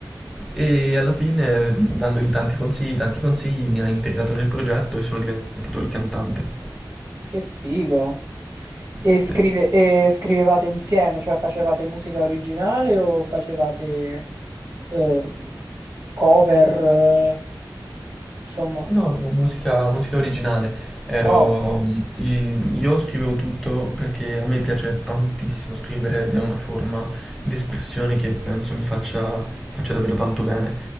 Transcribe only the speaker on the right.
Che figo. E,
scrive- e scrivevate insieme, cioè facevate musica originale o facevate ehm, cover, eh, insomma.
Wow.